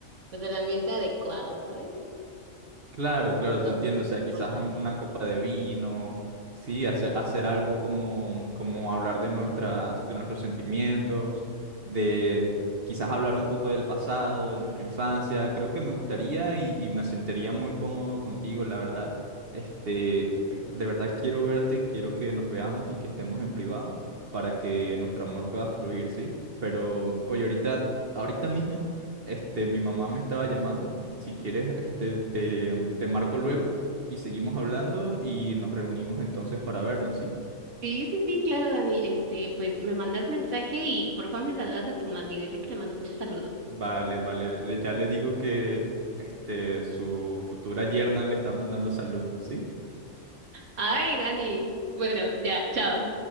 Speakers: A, on the right; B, on the right.
A: pues el ambiente adecuado, ¿sabes?
B: Claro, claro,
A: Con
B: te entiendo. O sea, quizás
A: romántico,
B: un- una copa de vino, sí, hacer, hacer algo como, como hablar de nuestras, de nuestros sentimientos, de quizás hablar un poco del pasado, de nuestra infancia. Creo que me gustaría y, y me sentiría muy cómodo contigo, la verdad. Este, eh, de verdad quiero verte, quiero que nos veamos y que estemos en privado para que nuestro amor pueda fluir, ¿sí? Pero, oye, ahorita, ahorita mismo. Este, mi mamá me estaba llamando. Si quieres, este, te, te marco luego y seguimos hablando y nos reunimos entonces para vernos, ¿sí?
A: Sí, sí, sí, claro, Dani. Este, pues me mandas mensaje y porfa me saludas a tu mami. Dile que le mando muchos saludos.
B: Vale, vale. le- Ya le digo que este, su futura yerna le está mandando saludos, ¿sí?
A: Ay, Dani. Bueno, ya, chao.